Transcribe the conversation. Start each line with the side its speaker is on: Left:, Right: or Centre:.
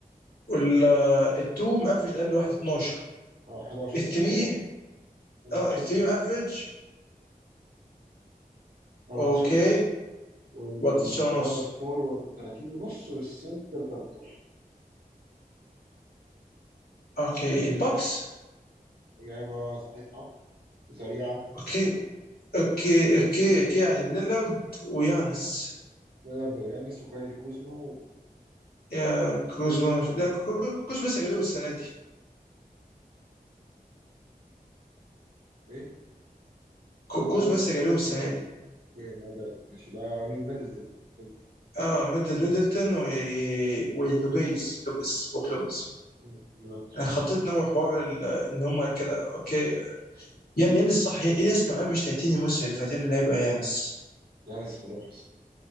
Left: والتو مقفش اقل واحد 12
Right: اه 11
Left: الثري
Right: اه يعني 14
Left: اه الثري
Right: ونص
Left: مقفش
Right: 14
Left: اوكي
Right: ونص والباور
Left: 13 ونص
Right: فورورد 30 ونص والسنتر 13
Left: اوكي البوكس
Right: إجابة صحيحة وسريعة
Left: اوكي اوكي اوكي اوكي عشان ليلارد ويانس
Right: ليوناردو يانس وكايل كوزما
Left: يا
Right: ولوبيز
Left: كوزما لا كو- كو- كوزما لسه جاي لهم السنه دي
Right: إيه؟
Left: كو- كوزما
Right: آه ده كوزما
Left: لسه جاي لهم
Right: لسه
Left: السنه
Right: جاي
Left: دي
Right: أوكي ما بقى ماشي بقى مين ميدلتون ميدلتون.
Left: اه ميدل ميدلتون و... ولوبيز لوبيز بوك لوبيز
Right: مم، بالظبط
Left: انا
Right: ماشي
Left: خطيت نوع حوار ال- ان هم كده اوكي يعني يانس صح يا- يانس كان قافش 30 الموسم اللي فات يا ابني ده هيبقى يانس
Right: يانس خرافي الصراحة.